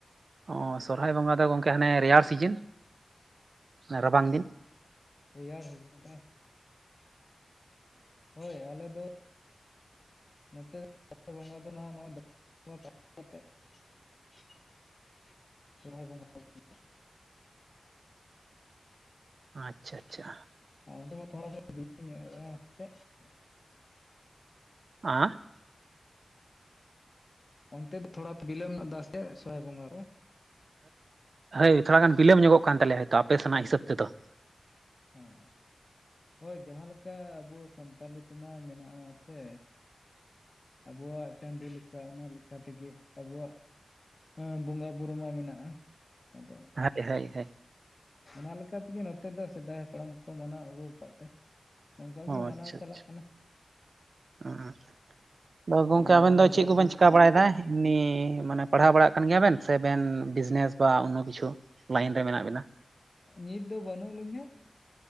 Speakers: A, on the right; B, on the left.
A: ᱚᱸ ᱥᱚᱨᱚᱦᱟᱭ ᱵᱚᱸᱜᱟ ᱫᱚ ᱜᱚᱝᱠᱮ ᱦᱟᱱᱮ ᱨᱮᱭᱟᱲ ᱥᱤᱡᱤᱱ, ᱨᱟᱵᱟᱝ ᱫᱤᱱ᱾
B: ᱨᱮᱭᱟᱲ ᱥᱤᱢᱳᱱ ᱨᱮ, ᱦᱳᱭ ᱟᱞᱮ ᱫᱚ ᱱᱚᱛᱮ ᱫᱚ <inaudible> ᱵᱚᱸᱜᱟ ᱫᱚ ᱱᱟᱦᱟᱜ ᱱᱚᱜᱼᱚᱭ <inaudible> ᱠᱟᱛᱮᱜ ᱾ ᱥᱚᱨᱦᱟᱭ ᱵᱚᱸᱜᱟ <inaudible>
A: ᱟᱪᱪᱷᱟ ᱟᱪᱪᱷᱟ᱾
B: ᱟᱨ ᱚᱱᱛᱮ ᱢᱟ ᱛᱷᱚᱲᱟ ᱧᱚᱜ <inaudible>
A: ᱟᱸᱻ?
B: ᱚᱱᱛᱮ ᱫᱚ ᱛᱷᱚᱲᱟ ᱵᱤᱞᱟᱹᱢ <inaudible> ᱥᱮ ᱥᱚᱦᱚᱨᱟᱭ ᱵᱚᱸᱜᱟ ᱫᱚ?
A: ᱦᱚᱭ ᱛᱷᱚᱲᱟ ᱜᱟᱱ ᱵᱤᱞᱟᱹᱢ ᱧᱚᱜᱚᱜ ᱠᱟᱱ ᱛᱟᱞᱮᱭᱟ ᱦᱳᱭᱛᱳ ᱟᱯᱮ ᱥᱮᱱᱟᱜ ᱦᱤᱥᱟᱹᱵ ᱛᱮᱫᱚ᱾
B: ᱦᱩᱸ, ᱦᱳᱭ ᱡᱟᱦᱟᱸ ᱞᱮᱠᱟ ᱟᱵᱩ ᱥᱟᱱᱛᱟᱞᱤ <inaudible> ᱢᱟ ᱢᱮᱱᱟᱜᱼᱟ ᱥᱮ, ᱟᱵᱩᱣᱟᱜ ᱪᱟᱸᱫᱩ ᱞᱮᱠᱷᱟ ᱚᱱᱟ ᱞᱮᱠᱷᱟ ᱛᱮᱜᱮ, ᱟᱵᱩᱣᱟᱜ ᱦᱮᱸ ᱵᱚᱸᱜᱟ ᱵᱩᱨᱩ ᱢᱟ ᱢᱮᱱᱟᱜᱼᱟ᱾ ᱟᱫᱚ
A: <unintelligible>
B: ᱚᱱᱟ ᱞᱮᱠᱟ ᱛᱮᱜᱮ ᱱᱚᱛᱮ ᱫᱚ ᱥᱮᱫᱟᱭ ᱦᱟᱯᱲᱟᱢ ᱠᱚ ᱢᱟᱱᱟᱣ ᱟᱹᱜᱩ ᱠᱟᱜ ᱛᱮ ᱱᱚᱝᱠᱟ ᱜᱮ
A: ᱚ
B: ᱢᱟᱱᱟᱣ
A: ᱟᱪᱪᱷᱟ
B: ᱪᱟᱞᱟᱜ
A: ᱟᱪᱪᱷᱟ,
B: ᱠᱟᱱᱟ
A: ᱟᱸ᱾ ᱟᱫᱚ ᱜᱚᱝᱠᱮ
B: ᱟᱨ ᱱᱚᱣᱟ
A: ᱟᱵᱮᱱ
B: ᱢᱟ
A: ᱫᱚ ᱪᱮᱫ
B: ᱡᱟᱭᱡᱩᱜᱽ
A: ᱠᱚᱵᱮᱱ ᱪᱮᱠᱟ ᱵᱟᱲᱟᱭᱫᱟ? ᱱᱤ ᱢᱟᱱᱮ ᱯᱟᱲᱦᱟᱣ ᱵᱟᱲᱟᱜ ᱠᱟᱱ ᱜᱮᱭᱟ ᱵᱮᱱ ᱥᱮ ᱵᱮᱱ ᱵᱤᱡᱽᱱᱮᱥ ᱵᱟ ᱚᱱᱱᱚ ᱠᱤᱪᱷᱩ ᱞᱟᱭᱤᱱ ᱨᱮ ᱢᱮᱱᱟᱜ ᱵᱤᱱᱟ?
B: ᱱᱤᱛ ᱫᱚ ᱵᱟᱹᱱᱩᱜ ᱞᱤᱧᱟᱹ,